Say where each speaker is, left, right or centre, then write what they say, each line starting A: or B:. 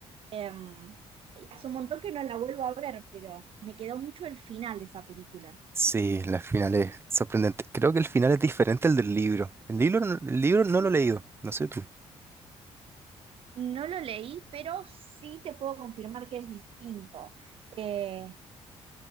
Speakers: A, on the right (about 55°); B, on the right (about 20°).
A: em, y hace un montón que no la vuelvo a ver, pero me quedó mucho el final de esa película.
B: Sí, la final es sorprendente. Creo que el final es diferente al del libro. El libro, no- el libro no lo he leído, no sé tú.
A: No lo leí, pero sí te puedo confirmar que es distinto. Eh,